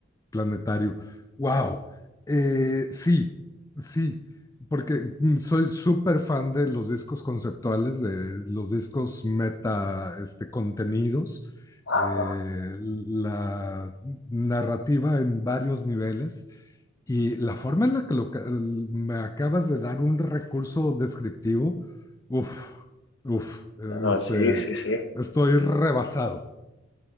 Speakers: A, on the left; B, on the left.
A: planetario. ¡Wow! Eh, sí, sí, porque soy súper fan de los discos conceptuales, de los discos meta, este, contenidos,
B: <laughs>
A: eh, la narrativa en varios niveles. Y la forma en la que lo ca- me acabas de dar un recurso descriptivo, uff, uff,
B: No,
A: este,
B: sí, sí, sí.
A: estoy rebasado.